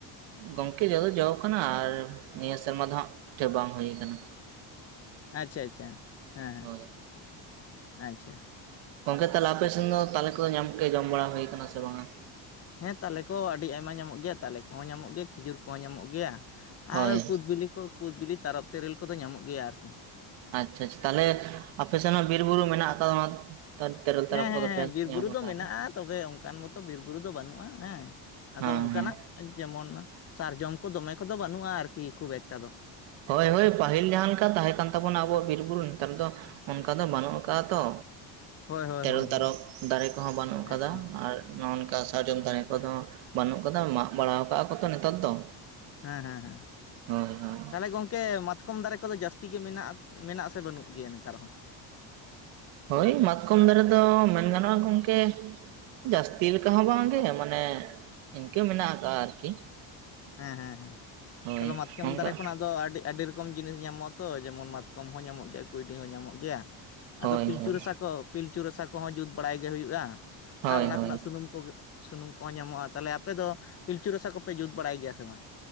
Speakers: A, on the right; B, on the left.
A: ᱜᱚᱢᱠᱮ ᱡᱚ ᱫᱚ ᱡᱚ ᱠᱟᱱᱟ ᱟᱨ ᱱᱤᱭᱟᱹ ᱥᱮᱨᱢᱟ ᱫᱚ ᱦᱟᱸᱜ ᱯᱤᱴᱷᱟᱹ ᱵᱟᱝ ᱦᱩᱭ ᱠᱟᱱᱟ
B: ᱟᱪᱪᱷᱟ ᱟᱪᱪᱷᱟ ᱦᱮᱸ ᱦᱮᱸ
A: ᱦᱳᱭ
B: ᱟᱪᱪᱷᱟ
A: ᱜᱚᱢᱠᱮ ᱛᱟᱦᱚᱞᱮ ᱟᱯᱮ ᱥᱮᱱ ᱫᱚ ᱛᱟᱞᱮ ᱠᱚ ᱧᱟᱢᱚᱜ ᱜᱮᱭᱟ ᱡᱚᱢ ᱵᱟᱲᱟ ᱦᱩᱭᱠᱟᱱᱟ ᱥᱮ ᱵᱟᱝᱟ?
B: ᱦᱮᱸ ᱛᱟᱞᱮ ᱠᱚ ᱟᱹᱰᱤ ᱟᱭᱢᱟ ᱧᱟᱢᱚᱜ ᱜᱮᱭᱟ ᱛᱟᱞᱮ ᱠᱚᱦᱚᱸ ᱧᱟᱢᱚᱜ ᱜᱮᱭᱟ ᱠᱷᱤᱡᱩᱨ ᱠᱚᱦᱚᱸ ᱧᱟᱢᱚᱜ ᱜᱮᱭᱟ
A: ᱦᱳᱭ
B: ᱟᱨ ᱠᱩᱫᱽ ᱵᱤᱞᱤ ᱠᱚ ᱠᱩᱫᱽ ᱵᱤᱞᱤ ᱛᱟᱨᱚᱵ ᱛᱮᱹᱨᱮᱹᱞ ᱠᱚᱫᱚ ᱧᱟᱢᱚᱜ ᱜᱮᱭᱟ ᱟᱨᱠᱤ
A: ᱟᱪᱪᱷᱟ ᱟᱪᱪᱷᱟ ᱛᱟᱦᱞᱮ ᱟᱯᱮ ᱥᱮᱫ ᱦᱚᱸ ᱵᱤᱨ ᱵᱩᱨᱩ ᱢᱮᱱᱟᱜ ᱟᱠᱟᱫᱟ ᱛᱮᱨᱮᱞ ᱛᱟᱨᱚᱵ
B: ᱦᱮᱸ
A: ᱠᱚᱫᱚ
B: ᱦᱮᱸ ᱦᱮᱸ
A: ᱯᱮ
B: ᱵᱤᱨ
A: ᱧᱟᱢᱟ
B: ᱵᱩᱨᱩ ᱫᱚ
A: ᱛᱟᱦᱚᱞᱮ
B: ᱢᱮᱱᱟᱜᱼᱟ ᱛᱚᱵᱮ ᱚᱱᱠᱟᱱ ᱢᱚᱛᱚ ᱵᱤᱨ ᱵᱩᱨᱩ ᱫᱚ ᱵᱟᱹᱱᱩᱜᱼᱟ ᱦᱮᱸ ᱟᱫᱚ
A: ᱦᱮᱸ
B: ᱚᱱᱠᱟᱱᱟᱜ
A: ᱦᱮᱸ
B: ᱡᱮᱢᱚᱱ ᱥᱟᱨᱡᱚᱢ ᱠᱚ ᱫᱚᱢᱮ ᱠᱚᱫᱚ ᱵᱟᱹᱱᱩᱜᱼᱟ ᱟᱨᱠᱤ ᱠᱷᱩᱵ ᱮᱠᱴᱟ ᱫᱚ
A: ᱦᱳᱭ ᱦᱳᱭ ᱯᱟᱹᱦᱤᱞ ᱡᱟᱦᱟᱸ ᱞᱮᱠᱟ ᱛᱟᱦᱮᱸ ᱠᱟᱱ ᱛᱟᱵᱚᱱᱟ ᱟᱵᱚᱣᱟᱜ ᱵᱤᱨ ᱵᱩᱨᱩ ᱱᱮᱛᱟᱨ ᱫᱚ ᱚᱱᱠᱟ ᱫᱚ ᱵᱟᱹᱱᱩᱜ ᱟᱠᱟᱫᱟ ᱛᱚ
B: ᱦᱳᱭ ᱦᱳᱭ
A: ᱛᱮᱨᱮᱞ
B: ᱦᱳᱭ
A: ᱛᱟᱨᱚᱵ
B: ᱦᱳᱭ
A: ᱫᱟᱨᱮ ᱠᱚᱦᱚᱸ ᱵᱟᱹᱱᱩᱜ ᱟᱠᱟᱫᱟ
B: ᱦᱮᱸ ᱦᱮᱸ
A: ᱟᱨ ᱱᱚᱜ ᱱᱚᱝᱠᱟ ᱥᱟᱨᱡᱚᱢ ᱫᱟᱨᱮ ᱠᱚᱫᱚ ᱵᱟᱹᱱᱩᱜ ᱟᱠᱟᱫᱟ ᱢᱟᱜ ᱵᱟᱲᱟ ᱟᱠᱟᱜᱼᱟ ᱠᱚ ᱛᱚ ᱱᱮᱛᱟᱨ ᱫᱚ
B: ᱦᱮᱸ ᱦᱮᱸ ᱦᱮᱸ
A: ᱦᱳᱭ ᱦᱳᱭ
B: ᱛᱟᱦᱚᱞᱮ ᱜᱚᱢᱠᱮ ᱢᱟ ᱠᱚᱢ ᱫᱟᱨᱮ ᱠᱚᱫᱚ ᱡᱟᱹᱥᱛᱤ ᱜᱮ ᱢᱮᱱᱟᱜᱼᱟ ᱢᱮᱱᱟᱜ ᱥᱮ ᱵᱟᱹᱱᱩᱜ ᱜᱮᱭᱟ ᱱᱮᱛᱟᱨ ᱦᱚᱸ?
A: ᱦᱳᱭ ᱢᱟᱛᱠᱚᱢ ᱫᱟᱨᱮ ᱫᱚ ᱢᱮᱱ ᱜᱟᱱᱚᱜᱼᱟ ᱜᱚᱢᱠᱮ ᱡᱟᱹᱥᱛᱤ ᱞᱮᱠᱟ ᱦᱚᱸ ᱵᱟᱝ ᱜᱮ ᱢᱟᱱᱮ ᱤᱱᱠᱟᱹ ᱢᱮᱱᱟᱜ ᱟᱠᱟᱜ-ᱟ ᱟᱨᱠᱤ
B: ᱦᱮᱸ ᱦᱮᱸ ᱦᱮᱸ
A: ᱦᱳᱭ
B: ᱛᱟᱦᱞᱮ ᱢᱟᱛᱠᱚᱢ
A: ᱚᱱᱠᱟ
B: ᱫᱟᱨᱮ ᱠᱷᱚᱱᱟᱜ ᱫᱚ ᱟᱹᱰᱤ ᱟᱹᱰᱤ ᱨᱚᱠᱚᱢ ᱡᱤᱱᱤᱥ ᱧᱟᱢᱚᱜᱼᱟ ᱛᱚ ᱡᱮᱢᱚᱱ ᱢᱟᱛᱠᱚᱢ ᱦᱚᱸ ᱧᱟᱢᱚᱜ ᱜᱮᱭᱟ ᱠᱩᱭᱰᱤ ᱦᱚᱸ ᱧᱟᱢᱚᱜ ᱜᱮᱭᱟ
A: ᱦᱳᱭ
B: ᱟᱫᱚ ᱯᱤᱞᱪᱩ
A: ᱦᱳᱭ
B: ᱨᱟᱥᱟ ᱠᱚ ᱯᱤᱞᱪᱩ ᱨᱟᱥᱟ ᱠᱚᱦᱚᱸ ᱡᱩᱛ ᱵᱟᱲᱟᱭ ᱜᱮ ᱦᱩᱭᱩᱜᱼᱟ
A: ᱦᱳᱭ
B: ᱟᱨ ᱚᱱᱟ
A: ᱦᱳᱭ
B: ᱠᱷᱚᱱᱟᱜ ᱥᱩᱱᱩᱢ ᱠᱚᱜᱮ ᱥᱩᱱᱩᱢ ᱠᱚᱦᱚᱸ ᱧᱟᱢᱚᱜᱼᱟ᱾ ᱛᱟᱦᱚᱞᱮ ᱟᱯᱮ ᱫᱚ ᱯᱤᱞᱪᱩ ᱨᱟᱥᱟ ᱠᱚᱯᱮ ᱡᱩᱛ ᱵᱟᱲᱟᱭ ᱜᱮᱭᱟ ᱥᱮ ᱵᱟᱝ?